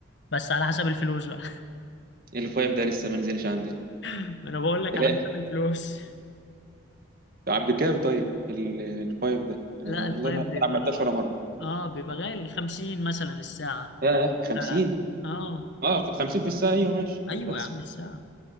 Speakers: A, on the left; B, on the right.
A: بس على حسب الفلوس بقى <laughs>
B: الفايف ده لسه ما نزلش عندنا
A: ما انا بقول لك
B: لا
A: على حسب الفلوس
B: طب بكام طيب ال- الفايف ده انا
A: لا
B: والله
A: الفايف
B: ما ما
A: بيبقى
B: عملتهاش ولا مره
A: اه بيبقى غالي 50 مثلا الساعة
B: ياه 50
A: اه, آه.
B: اه في- 50 في الساعه ايوه ماشي
A: ايوه
B: انا بحسب
A: يا عم الساعة